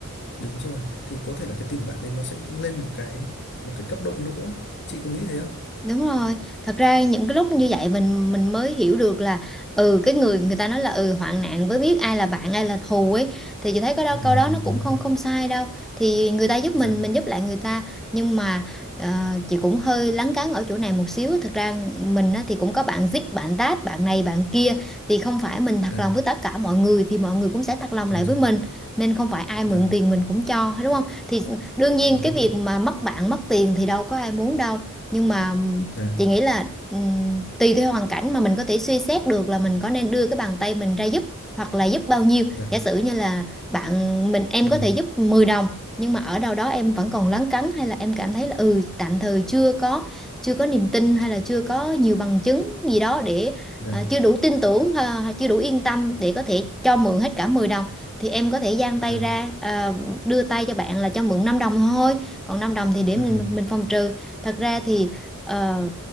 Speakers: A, on the left (about 50°); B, in the centre.
A: đúng rồi thì có thể là cái tình bạn đấy nó sẽ lên một cái một cái cấp độ nữa chị có nghĩ thế không
B: Đúng rồi, thật ra những cái lúc như vậy mình mình mới hiểu được là ừ cái người người ta nói là ừ hoạn nạn mới biết ai là bạn ai là thù ấy thì chị thấy có đó
A: Ừ,
B: câu đó nó cũng
A: đúng
B: không
A: rồi.
B: không sai đâu. Thì người ta giúp
A: Dạ,
B: mình mình giúp lại người ta nhưng mà ờ, chị cũng hơi lấn cấn ở chỗ này một xíu, thật ra mình á, thì cũng có bạn dít, bạn tát, bạn này bạn kia thì không phải mình thật
A: dạ,
B: lòng với tất cả mọi người thì mọi người cũng sẽ thật lòng
A: đúng
B: lại với
A: rồi.
B: mình nên không phải ai
A: Dạ,
B: mượn tiền mình cũng cho đúng không? Thì đương nhiên
A: đúng
B: cái
A: rồi.
B: việc mà mất bạn mất tiền thì đâu có ai muốn đâu nhưng mà
A: Dạ,
B: chị nghĩ là ừm, tùy theo hoàn cảnh mà mình có thể suy xét được là mình có nên đưa cái bàn tay mình ra giúp hoặc là giúp bao nhiêu
A: dạ.
B: giả sử như là bạn mình em
A: Ừ,
B: có thể giúp 10 đồng nhưng mà ở đâu đó em vẫn còn lấn cấn hay là em cảm thấy là ừ tạm thời chưa có chưa có niềm tin hay là chưa có nhiều bằng chứng gì đó để
A: dạ,
B: à, chưa đủ tin tưởng à, chưa đủ yên tâm để có thể cho mượn hết cả 10 đồng thì em có thể dang tay
A: dạ.
B: ra à, đưa tay cho bạn là cho mượn 5 đồng thôi còn 5 đồng thì để
A: Ừ,
B: mình mình phòng trừ thật ra thì ờ,